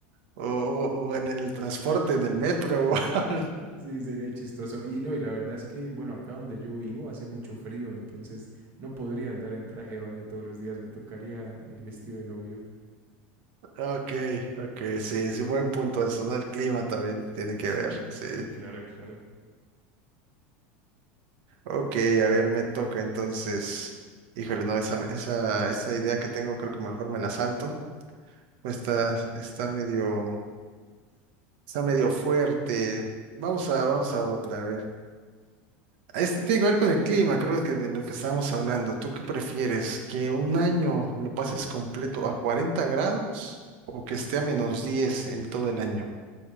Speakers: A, on the right; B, on the right.
A: o, o- o en el transporte, en el metro. <laughs>
B: Sí, sería chistoso. Y no, y la verdad es que, bueno, acá donde yo vivo hace mucho frío, entonces no podría andar en traje de baño todos los días, me tocaría el vestido de novio.
A: Ok, ok, sí, sí, buen punto eso, ¿no? El clima también tiene que
B: Sí,
A: ver, sí.
B: sí, claro, claro.
A: Ok, a ver, me toca entonces. Híjole, no, esa, esa, esa idea que tengo creo que mejor me la salto. Está, está medio, está medio fuerte. Vamos a, vamos a otra, a ver. Este tiene que ver con el clima, creo que de lo que estábamos hablando. ¿Tú qué prefieres? ¿Que un año lo pases completo a 40 grados o que esté a menos 10 en todo el año?